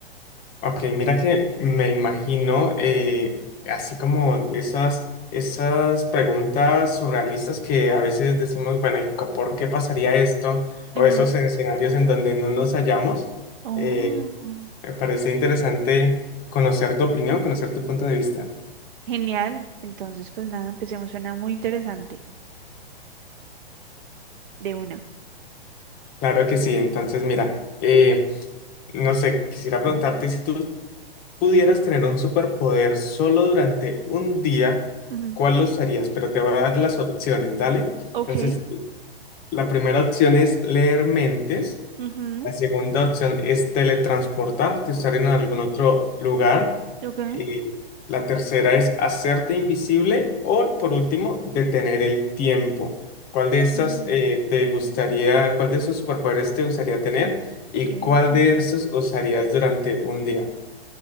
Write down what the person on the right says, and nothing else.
Ujú.
Oh,
oh,
genial. Entonces, pues nada, empecemos. Suena muy interesante. De una.
Ujú.
Ok,
ujú,
ok.
mm,
ok,
ok.